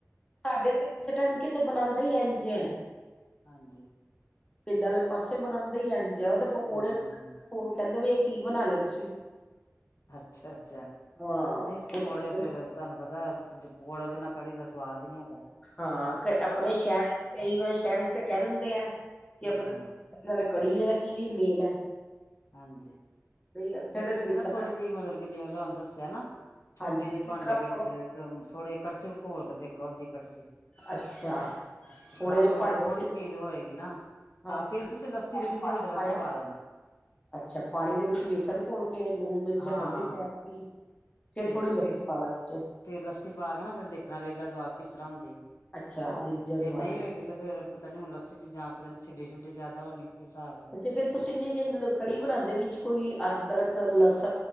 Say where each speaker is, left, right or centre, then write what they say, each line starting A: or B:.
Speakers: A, on the left; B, on the left.
A: ਸਾਡੇ ਤੇੇ ਟਾਈਮ ਕਿਥੇ ਬਣਾਉਦੇ ਹੀ ਐਝ ਐ
B: ਹਾਂਜੀ
A: ਪਿੰਡ ਵਾਲੇ ਪਾਸੇ ਬਣਾਉਂਦੇ ਹੀ ਆ ਜ ਉਹ ਤਾਂ ਪਕੌੜੇ
B: ਹਮ ਹਮ
A: ਕਹਿੰਦੇ ਵੀ ਕੀ ਬਣਾ ਲਿਆ ਤੁਸੀਂ
B: ਅੱਛਾ ਅੱਛਾ
A: ਹਾਂ
B: ਨਹੀਂ
A: ਉਹ
B: ਪਕੌੜੇ
A: ਤੇ ਕਹਿੰਦੇ
B: ਫੇਰ ਤੁਹਾਨੂੰ ਪਤਾ ਕੁੱਝ ਪਕੌੜਾ ਬਿਨਾ ਕੜੀ ਦਾ ਸਵਾਦ ਹੀ ਨ
A: ਹਾਂ ਕ ਆਪਣੇ ਸ਼ਹਿਰਾਂ ਚ ਕਈ ਵ ਸ਼ਹਿਰਾਂ ਚ ਤਾਂ ਕਹਿ ਦਿੰਦੇ ਆ ਕਿ
B: ਹਾਂ
A: ਆਪਣਾ ਦਾ ਕੜੀਏ ਦਾ ਕੀ ਮੇਲ ਹੈ
B: ਹਾਂਜੀ
A: ਇੱਥੇ
B: ਨਹੀਂ ਤੁਸੀ
A: ਦੇ ਪਿੰਡਾਂ
B: ਨਾ ਥੋੜ੍ਹੀ ਜਿਹੀ ਮਤਲਬ ਕਿ ਜਿਵੇਂ ਤੁਹਾਨੂੰ ਦੱਸਿਆ ਨਾ ਛੋਟੇ
A: ਹਾਂਜੀ
B: ਜਿਹੇ
A: ਕਿਸ
B: ਭਾਂਡੇ
A: ਤਰ੍ਹਾਂ
B: ਵਿੱਚ ਇੱਕ ਥੋੜੀ ਕੜਛੀ ਘੋਲ ਕੇ ਦੇਖੋ ਅੱਧੀ ਕੜਛੀ।
A: ਅੱਛਾ ਥੋੜੇ
B: ਖ਼ਰਾਬ
A: ਜਿਹੇ ਭਾਂਡੇ
B: ਹੋਗੀ ਥੋੜੀ
A: ਚ
B: ਜਿਹੀ ਚੀਜ਼ ਹੋਏਗੀ। ਨਾ। ਹਾਂ
A: ਪਾਣੀ
B: ਫੇਰ ਤੁਸੀ ਲੱਸੀ ਰਿੱਝਦੀ ਦੇ ਵਿੱਚ ਲੱਸੀ
A: ਪਾਇਆ
B: ਪਾ ਦੇਣਾ।
A: ਅੱਛਾ ਪਾਣੀ ਦੇ ਵਿੱਚ ਵੇਸਨ ਘੋਲ ਕੇ ਲੂਣ ਮਿਰਚ
B: ਹਾਂ
A: ਹਲਦੀ ਪਾ ਤੀ।
B: ਤੇ
A: ਥੋੜ੍ਹੀ ਲੱਸੀ
B: ਫੇਰ
A: ਪਾਦਾ ਵਿੱਚ
B: ਫੇਰ ਲੱਸੀ ਪਾ ਕੇ ਨਾ ਫਿਰ ਦੇਖਣਾ ਰੇਜ਼ਾ ਦਵਾ ਕਿਸ ਤਰ੍ਹਾਂ ਹੁੰਦੀ
A: ਅੱਛਾ ਰੀਝਾ
B: ਜੇ
A: ਦੁਬਾਰਾ
B: ਨਹੀਂ ਹੋਏਗੀ ਤਾਂ ਫੇਰ ਪਤਾ ਨਹੀਂ ਹੁਣ ਲੱਸੀ ਚ ਜਾਂ ਪਤਾ ਨੀ ਛਿਡੀੇ ਛੁੱਡੀ ਜ਼ਿਆਦਾ ਹੋਣੀ। ਹਿਸਾਬ ਹੈ
A: ਅੱਛਾ ਜੇ ਤੁਸੀ ਨਹੀਂ ਜੇ ਕੜੀ ਬਣਾਉਂਦੇ ਵਿੱਚ ਕੋਈ ਅਦਰਕ ਯ ਲਸ